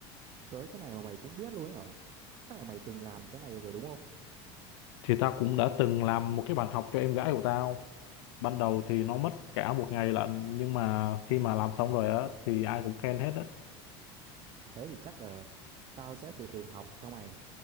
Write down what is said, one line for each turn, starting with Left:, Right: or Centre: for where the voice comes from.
Right: tới cái này mà mày cũng biết luôn đấy hả chắc là mày từng làm cái này rồi đúng không
Left: thì tao cũng đã từng làm một cái bàn học cho em gái của tao ban đầu thì nó mất cả một ngày lận nhưng mà khi mà làm xong rồi á thì ai cũng khen hết á
Right: thế thì chắc là tao sẽ từ từ học theo mày